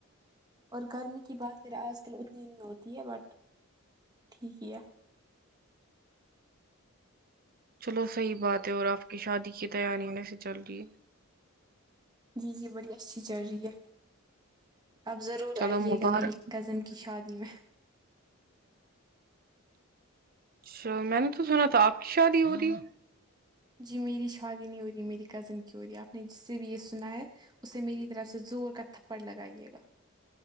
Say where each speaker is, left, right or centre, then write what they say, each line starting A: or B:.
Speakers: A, on the right; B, on the right.
A: اور گرمی کی بات کریں آج کل اتنی نہیں ہوتی ہے بٹ ٹھیک کیا
B: چلو صحیح بات ہے اور آپ کی شادی کی تیاری میں سے چل رہی ہے
A: جی جی بڑی اچھی چل رہی ہے آپ ضرور
B: چلو
A: آئیے
B: مبارک
A: گا میری کزن کی شادی میں
B: چ میں نے تو سنا تھا آپ کی شادی ہو رہی ہے
A: جی میری شادی نہیں ہو رہی میری کزن کی ہو رہی ہے آپ نے جس سے بھی یہ سنا ہے اسے میری طرف سے زور کا تھپڑ لگائیے گا